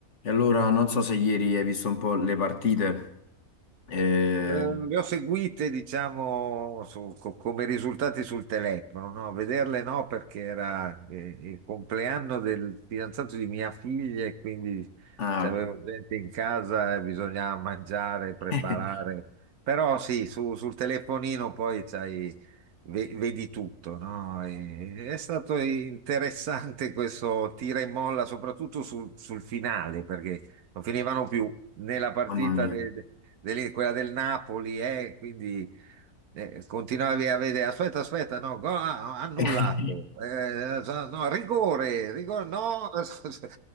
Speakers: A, on the left; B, on the right.
A: E allora non so se ieri hai visto un po' le partite. No, eh,
B: Eh, le ho seguite, diciamo, su- co- come risultati sul telefono, no? Vederle no, perché era eh, il compleanno del fidanzato di mia figlia e quindi
A: Ah,
B: c'avevo
A: ok.
B: gente in casa e bisognava mangiare, preparare.
A: <laughs>
B: Però sì, su- sul telefonino poi c'hai, ve- vedi tutto, no? E- è stato interessante questo tira e molla, soprattutto sul sul finale, perché non finivano più né la partita
A: Mamma mia.
B: de- dell'I- quella del Napoli, eh, quindi eh, continuavi a vedere, aspetta, aspetta, no, gol, ah, no, annullato,
A: <laughs>
B: Eh, so, no, rigore, rigore, no, <laughs>